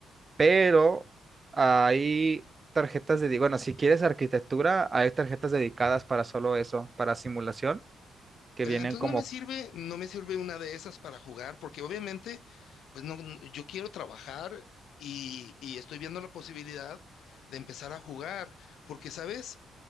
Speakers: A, on the right; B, on the left.
A: pero hay tarjetas de, bueno, si quieres arquitectura, hay tarjetas dedicadas para solo eso, para simulación, que
B: Eh,
A: vienen
B: Entonces
A: como
B: no me sirve, no me sirve una de esas para jugar, porque obviamente, pues no, n- yo quiero trabajar y, y estoy viendo la posibilidad de empezar a jugar, porque, ¿sabes?